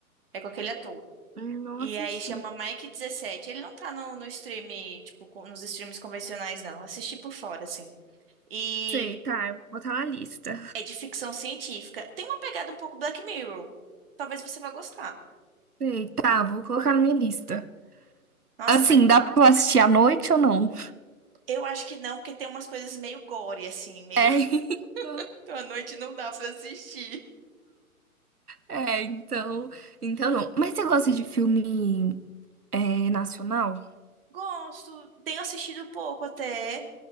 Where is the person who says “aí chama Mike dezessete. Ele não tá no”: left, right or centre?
Right